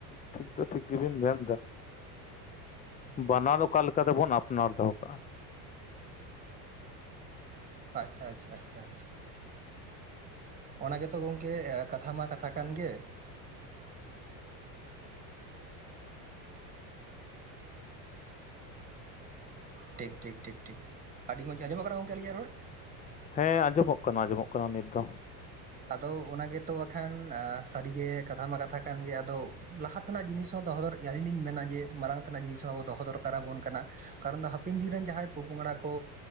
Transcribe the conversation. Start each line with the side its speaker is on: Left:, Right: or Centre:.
Left: ᱴᱷᱤᱠ ᱫᱚ ᱴᱷᱤᱠ ᱜᱮᱵᱤᱱ ᱢᱮᱱ ᱫᱟ᱾ ᱵᱟᱱᱟᱨ ᱚᱠᱟᱮ ᱞᱮᱠᱟᱛᱮᱵᱚᱱ ᱟᱯᱱᱟᱨ ᱫᱚᱦᱚ ᱠᱟᱜᱼᱟ?
Right: ᱟᱪᱪᱷᱟ ᱪᱷᱟ ᱪᱷᱟ᱾ ᱚᱱᱟ ᱜᱮᱛᱚ ᱜᱚᱝᱠᱮ ᱠᱟᱛᱷᱟ ᱢᱟ ᱠᱟᱛᱷᱟ ᱠᱟᱱ ᱜᱮ᱾ ᱴᱷᱤᱠ ᱴᱷᱤᱠ ᱴᱷᱤᱠ ᱴᱷᱤᱠ ᱟᱹᱰᱤᱰᱤ ᱢᱚᱡᱽ ᱟᱡᱚᱢᱚᱜ ᱟᱞᱤᱧᱟᱜ ᱨᱚᱲ?
Left: ᱦᱮᱸ ᱟᱸᱡᱚᱢᱚᱜ ᱠᱟᱱᱟ ᱟᱸᱡᱚᱢᱚᱜ ᱠᱟᱱᱟ ᱱᱤᱛ ᱫᱚ᱾
Right: ᱟᱫᱚ ᱚᱱᱟ ᱜᱮᱛᱚ ᱵᱟᱠᱷᱟᱱ ᱥᱟᱹᱨᱤᱜᱮ ᱠᱟᱛᱷᱟ ᱢᱟ ᱠᱟᱛᱷᱟ ᱠᱟᱱ ᱜᱮ ᱟᱫᱚ ᱞᱟᱦᱟ ᱱᱟᱜ ᱡᱤᱱᱤᱥ ᱦᱚᱸ ᱫᱚᱦᱚ ᱫᱚᱨ ᱟᱹᱞᱤᱧ ᱞᱤᱧ ᱢᱮᱱᱟ ᱡᱮ ᱢᱟᱨᱟᱝ ᱛᱮᱱᱟᱜ ᱡᱤᱱᱤᱥ ᱦᱚᱸ ᱟᱵᱚ ᱫᱚᱦᱚ ᱫᱚᱨᱠᱟᱨᱟᱵᱚᱱ ᱠᱟᱱᱟ᱾ ᱠᱟᱨᱚᱱ ᱫᱚ ᱦᱟᱯᱮᱱ ᱫᱤᱱ ᱨᱮᱱ ᱡᱟᱦᱟᱸᱭ ᱯᱚᱯᱚᱝᱲᱟ ᱠᱚ